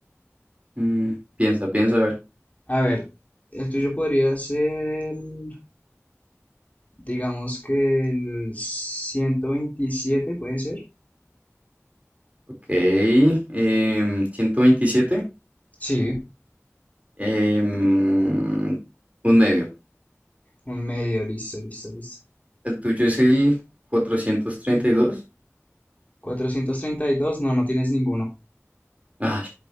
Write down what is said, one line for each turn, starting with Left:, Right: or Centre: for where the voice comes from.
Right: Mm, piensa, piensa, a ver.
Left: A ver, el tuyo podría ser el... Digamos que el ciento veintisiete ¿puede ser?
Right: Ok. em, ciento veintisiete
Left: Sí,
Right: em, un medio.
Left: un medio, listo, listo, listo.
Right: El tuyo es el 432.
Left: 432, no, no tienes ninguno.
Right: Ah,